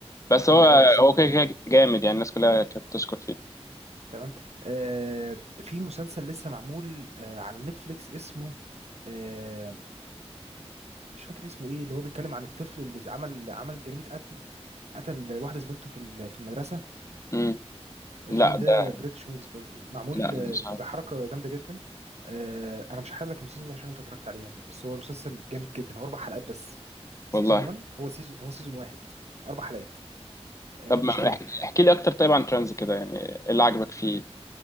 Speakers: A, on the left; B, on the right.
A: بس
B: اه
A: هو
B: اه بالظبط
A: هو كده
B: اه
A: كده جامد يعني الناس كلها كانت بتشكر فيه
B: تمام آه في مسلسل لسه معمول آه على نتفليكس اسمه آه مش فاكر اسمه ايه اللي هو بيتكلم عن الطفل اللي عمل عمل جريمة قتل قتل واحدة زميلته في ال- في المدرسة
A: امم
B: الفيلم
A: لا
B: ده
A: ده
B: بريتش موفيز برضو معمول
A: لا مش
B: آه،
A: عارف
B: بحركة جامدة جدا آه انا مش هحرق لك المسلسل ده عشان انت اتفرجت عليه يعني بس هو مسلسل جامد جدا هو اربع حلقات بس سيزون
A: والله
B: 1 هو سيزون هو سيزون واحد اربع حلقات آه،
A: طب
B: مفيش
A: ما
B: تاني
A: احكي احكي لي اكتر طيب عن ترانز كده يعني إيه اللي عجبك فيه